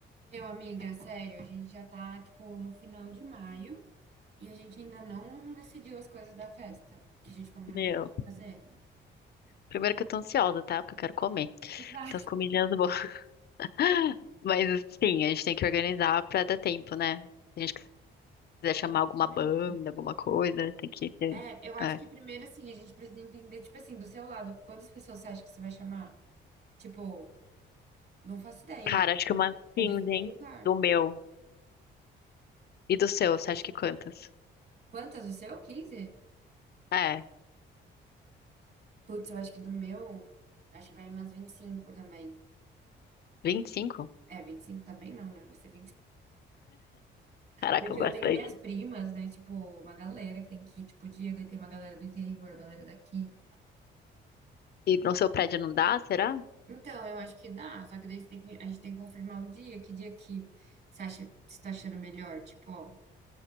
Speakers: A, on the right; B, on the left.
A: Meu, amiga, sério, a gente já tá, tipo, no final de maio e a gente ainda não decidiu as coisas da festa, que a gente combinou
B: Meu,
A: que a gente ia fazer.
B: primeiro que eu tô ansiosa, tá? Porque eu quero comer.
A: Exato.
B: Então, as comidinhas boas. <laughs> Mas, sim, a gente tem que organizar pra dar tempo, né? Se a gente quiser chamar alguma
A: Justamente.
B: banda, alguma coisa, tem que ter.
A: É, eu acho
B: É.
A: que primeiro, assim, a gente precisa entender, tipo assim, do seu lado, quantas pessoas você acha que você vai chamar? Tipo, não faço ideia,
B: Cara,
A: entendeu?
B: acho que umas 15,
A: Eu defini
B: hein?
A: o lugar.
B: Do meu. E do seu, você acha que quantas?
A: Quantas? O seu? 15?
B: É,
A: Putz, eu acho que do meu, acho que vai umas 25 também.
B: vinte e cinco
A: É, 25 também não, né? Vai ser
B: Caraca,
A: Porque
B: bastante.
A: eu tenho minhas primas, né? Tipo, uma galera que tem que ir, tipo, o Diego, e tem uma galera do interior, galera daqui.
B: E no seu prédio não dá, será?
A: Então, eu acho que dá, só que daí você tem que, a gente tem que confirmar o dia, que dia que você acha, você tá achando melhor, tipo, ó,